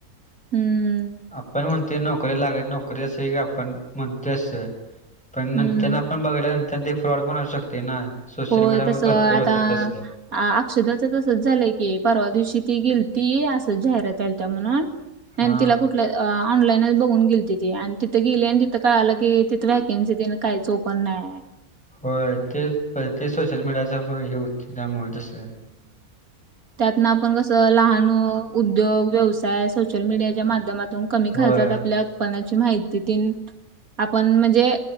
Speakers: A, on the right; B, in the centre.
A: हम्म हम्म.
B: आपण म्हणतो नोकरी लागत असे, नोकरीं असं एक आपण म्हणतो असं. पण नंतर
A: हम्म
B: आपण बघाल्या नंतर ते, फ्रॉड पण असू शकते ना. सोशल
A: होय
B: मीडियावर
A: तसं
B: भरपूर
A: आता.
B: होते तसं
A: अ अक्षदाचं तसंच झालंय की, परवा दिवशी ती गेलती असं जाहिराती आलत्या म्हणून. आणि
B: हा
A: तिला कुट. ऑनलाईनच बघून गेलती ती. आणि तिथं गेली आणि तिथं कळालं की, तिथं व्हॅकन्सी तेन कराच ओप पण नाय.
B: होय तेच ते सोशल मीडियाचा हे, होतंय त्यामुळे तसं.
A: त्यातन आपण कसं, लहान उद्योग व्यवसाय सोशल मीडियाच्या माध्यमात. कमी
B: होय
A: खर्चात आपल्या उत्पनाची माहिती तेनं, आपण म्हणजे